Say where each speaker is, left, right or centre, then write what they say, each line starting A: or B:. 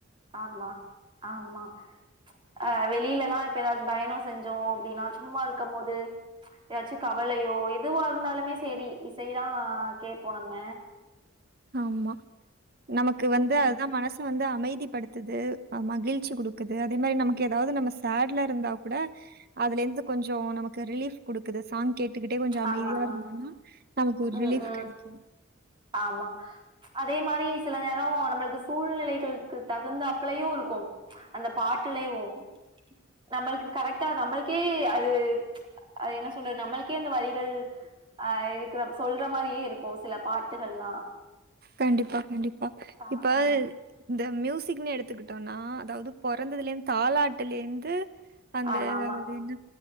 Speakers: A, on the right; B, on the right.
A: ஆமா ஆமா அஹ் வெளியில எல்லா இப்ப ஏதாச்சும் பயணம் செஞ்சோம் அப்படின்னா சும்மா இருக்கும் போது ஏதாச்சும் கவலையோ எதுவா இருந்தாலுமே சரி இசைதான் கேட்போம் நம்ம
B: ஆமா நமக்கு வந்து
A: ம்
B: அதுதான் மனசு வந் அமைதிப்படுத்துது மகிழ்ச்சி கொடுக்குது அதே மாதிரி நமக்கு ஏதாவது நம்ம சேட்ல இருந்தா கூட அதுல இருந்து கொஞ்சம் நமக்கு ரிலீஃப் கொடுக்குது சாங் கேட டுக்கிட்டே கொஞ்சம் அமைதியா
A: ஆமா ஆமா
B: இருந்தோனா நமக்கு ஒரு
A: ம்
B: ரிலீஃப்
A: ம்
B: கிடைக்கும்
A: ஆமா அதே மாரி சில நேரம் நம்மளுக்கு சூழ்நிலைகளுக்கு தகுந்துப்லயும் இருக்கும் அந்த பாட்டுலையும் நம்மளுக்கு கரெக்டா நம்மளுக் அது அது என்ன சொல்றது நம்மளுக்கே அந்த வரி அஹ் இருக்கிற சொல்ற மாதிரியே இருக்கும் சில பாட்டுகள்லாம்
B: கண்டிப்பா கண்டிப்பா
A: ஆ
B: இப்ப
A: ஆ
B: இந்த மியூசிக்னு எடுத்துக்கிட்டோனா அதாவது பொறந்ததுலேருந் தாலாட்டுலேருந்து. அந்த
A: ஆமா ஆமா
B: அது என்ன